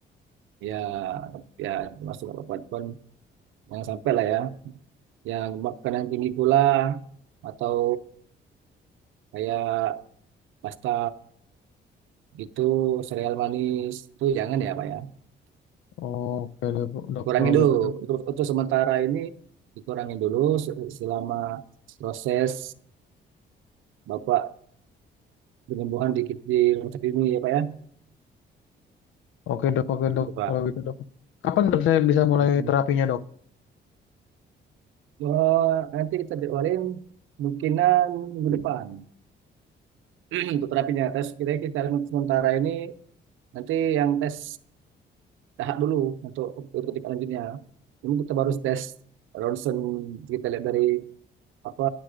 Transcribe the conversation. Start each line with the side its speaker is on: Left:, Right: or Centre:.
Right: ya, ya, masuk apa pun. Jangan sampai lah ya. Yang makanan tinggi gula atau kayak pasta itu sereal manis itu jangan ya Pak ya
Left: Oke deh dok
Right: kurangi
Left: kalau
Right: dulu
Left: gitu dok.
Right: untuk, untuk sementara ini dikurangin dulu se- selama proses Bapak penyembuhan di, di rumah sakit ini ya Pak ya
Left: Oke dok oke dok
Right: gitu Pak
Left: kalau gitu dok. Kapan dok saya bisa mulai
Right: Mm-mm.
Left: terapinya dok?
Right: Oh, nanti kita jadwalin mungkinan minggu depan <clears throat> untuk terapinya tes kita kita sementara ini nanti yang tes tahap dulu untuk untuk tingkat lanjutnya ini kita baru tes ronsen kita lihat dari apa